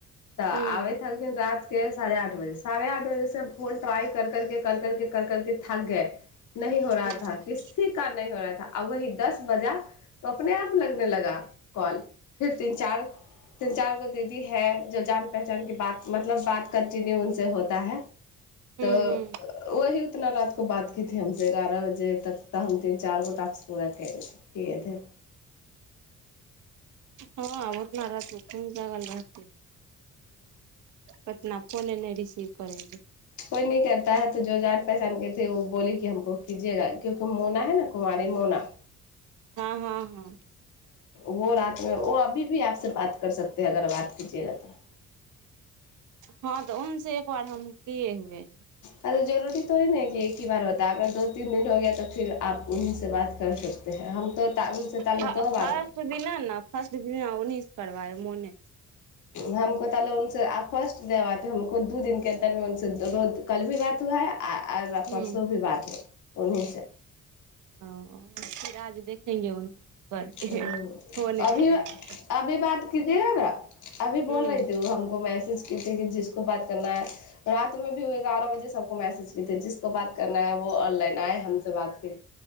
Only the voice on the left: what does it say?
तऽ
आबैत छलखिन रात के साढ़े आठ बजे साढ़े आठ बजेसँ फोन ट्राय कर करके करके कर करके थक ह न हो रहाथा
किसी का नहिही हो रहा थ आ वही दस बजा त अपने आप लगने लगा कॉल फिर तीन चार तीन चारगो दीदी है जो जान पहचान की बात मतलब बात कंटिन्यू उस होता है
तऽ वहि उतना रह बात की हमस एगारह बजे तक तऽ हम तीन चार गो टास्क पूरा किएथे
कोइ न करताै तऽ जो जान पहचान केथे ओो बोल कि हमको कीजेगा क्यकि मोना है न कुमारी मोना
वो रातमे ओ अभी भी आपसँ बात कर सकत है अगर बात कजेगा तऽ
अ जरूरी त ही ने कि एक ही बार होता अगर द तीन दिन हो गय तऽ फर आप उन्हि से बात कर सकते हैं हम तो उनसे ताले
दो बार
हमको ते उने आब फर्स्ट देबा तऽ हमको दू दिनक अन्रमे उने रो कल भी बात हुआ है आ आ
परसू भी बात उन्नै सए
हुँ
अभी
अभी बात कजियगा ने अभी बोल
रही ती हमको मै मैसज की कि जिसको बात करना है रात मे भीए एगारह बजे सबको मैसेज कीे जिसको बात करना है वो ऑनलाइन आए हमस बात कर